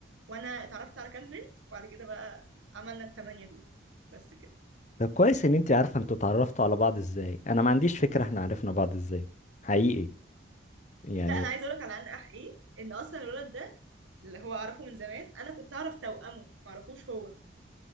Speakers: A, on the right; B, on the left.
A: وانا اتعرفت على كام بنت وبعد كده بقى عملنا الثمانيه دول بس كده
B: طب كويس ان انت عارفه انتوا اتعرفتوا على بعض ازاي انا ما عنديش فكره احنا عرفنا بعض ازاي حقيقي يعني
A: لا انا عايزه اقول لك على ان اح ايه ان اصلا الولد ده اللي هو اعرفه من زمان انا كنت اعرف توأمه معرفوش هو